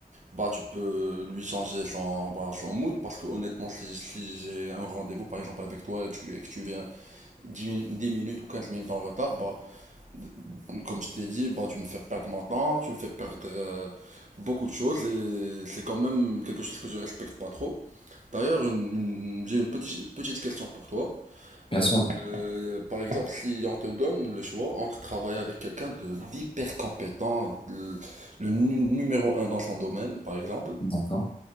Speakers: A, on the right; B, on the left.
A: Bah, tu peux lui changer son, bah, son mood parce que honnêtement, si, si j'ai un rendez-vous par exemple avec toi et, tu, et que tu viens dix min- 10 minutes ou 15 minutes en retard, bah, d- d- comme je t'ai dit, bah, tu me fais perdre mon temps, tu me fais perdre euh, beaucoup de choses et c'est quand même quelque chose que je respecte pas trop. D'ailleurs, une- une- j'ai une petite, petite question pour toi.
B: bien
A: Euh,
B: sûr.
A: euh, par exemple, si on te donne le choix entre travailler avec quelqu'un de d'hyper compétent, de- le nu- numéro un dans son domaine, par exemple,
B: D'accord.